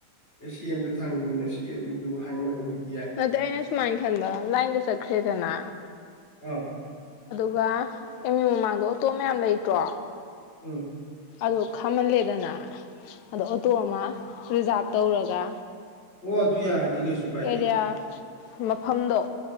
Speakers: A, on the left; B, on the left.
A: ꯑꯦ ꯁꯤ ꯑꯝꯇ ꯊꯥꯡꯖꯃꯤꯟꯅꯁꯤ ꯑꯗꯨꯗꯨ ꯍꯥꯏꯅꯕꯕꯨꯗꯤ ꯌꯥꯏ
B: ꯑꯗꯨ ꯑꯩꯅ ꯁꯨꯃꯥꯏꯅ ꯈꯟꯕ ꯂꯥꯏꯟꯗ ꯆꯠꯈ꯭ꯔꯦꯗꯅ
A: ꯑ
B: ꯑꯗꯨꯒ ꯑꯦꯝꯌꯨꯃꯤ ꯃꯃꯥꯡꯗ ꯑꯣꯇꯣ ꯃꯌꯥꯝ ꯂꯩꯇ꯭ꯔꯣ
A: ꯎꯝ
B: ꯑꯗꯨ ꯈꯥꯝꯍꯜꯂꯦꯗꯅ ꯑꯗꯣ ꯑꯣꯇꯣ ꯑꯃ ꯔꯤꯖꯥꯞ ꯇꯧꯔꯒ
A: ꯑꯣ ꯑꯗꯨ ꯌꯥꯗꯤꯒꯦꯁꯨꯨ ꯀꯥꯏ
B: ꯀꯌꯥ ꯃꯐꯝꯗꯣ